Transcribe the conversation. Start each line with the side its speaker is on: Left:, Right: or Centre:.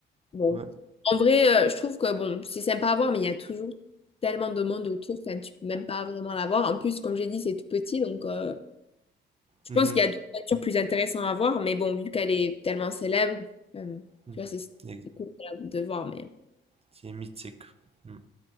Left: Bon.
Right: Ouais.
Left: En vrai, euh, je trouve que bon, c'est sympa à voir, mais il y a toujours tellement de monde autour, enfin, tu peux même pas vraiment la voir. En plus, comme j'ai dit, c'est tout petit, donc euh, je
Right: Mhm.
Left: pense qu'il y a d'autres voitures plus intéressantes à voir, mais bon, vu qu'elle est tellement célèbre, euh,
Right: Mhm.
Left: tu vois, c'est c'est
Right: Ex-
Left: cool de de voir, mais.
Right: C'est mythique. Mm.